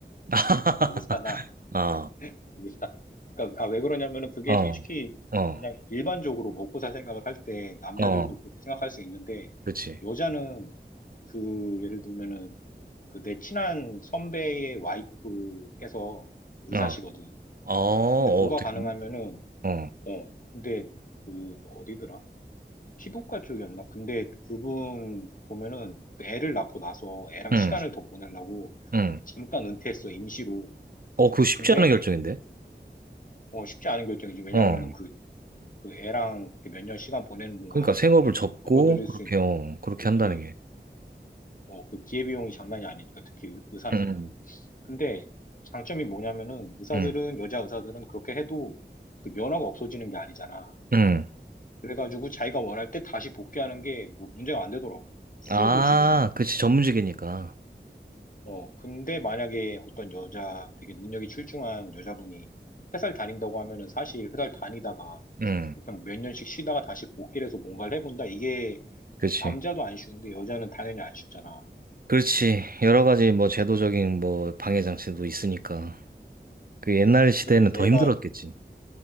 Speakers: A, on the right (about 55°); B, on the left (about 50°).
A: <laughs>
B: 그러니까 의사나
A: 아.
B: 이게 다- 그러니까 아, 왜 그러냐면은 그게
A: 어,
B: 솔직히
A: 어,
B: 그냥 일반적으로 먹고 살 생각을 할 때 남자들도
A: 어,
B: 그렇게 생각할 수 있는데
A: 그렇지.
B: 여자는 그 예를 들면은 그 내 친한 선배의 와이프께서 의사시거든.
A: 어, 아, 어,
B: 근데 뭐가
A: 되게,
B: 가능하면은
A: 어,
B: 어 근데 그 어디더라? 피부과 쪽이었나? 근데 그분 보면은 그 애를 낳고 나서 애랑
A: 응,
B: 시간을 더 보내려고
A: 응,
B: 잠깐 은퇴했어 임시로.
A: 어, 그거 쉽지
B: 근데
A: 않은 결정인데.
B: 어, 쉽지 않은 결정이지. 왜냐면은
A: 어.
B: 그 그 애랑 몇 년 시간 보내는 동안
A: 그러니까 생업을 접고
B: 벌어들일
A: 그렇게,
B: 수 있는,
A: 어, 그렇게
B: 특히,
A: 한다는 게.
B: 어, 그 기회비용이 장난이 아니니까, 특히 의- 의사면은.
A: 응,
B: 근데 장점이 뭐냐면은 의사들은,
A: 응,
B: 여자 의사들은 그렇게 해도 그 면허가 없어지는 게 아니잖아.
A: 응,
B: 그래가지고 자기가 원할 때 다시 복귀하는 게 뭐 문제가 안 되더라고. 수요도
A: 아,
B: 지금,
A: 그렇지. 전문직이니까.
B: 어, 근데 만약에 어떤 여자, 되게 능력이 출중한 여자분이 회사를 다닌다고 하면은 사실 회사를 다니다가
A: 응,
B: 일단 뭐 몇 년씩 쉬다가 다시 복귀를 해서 뭔가를 해본다. 이게
A: 그렇지.
B: 남자도 안 쉬운데 여자는 당연히 안 쉽잖아.
A: 그렇지. 여러 가지 뭐 제도적인 뭐 방해 장치도 있으니까. 그 옛날 시대에는
B: 그래서 내가
A: 더 힘들었겠지.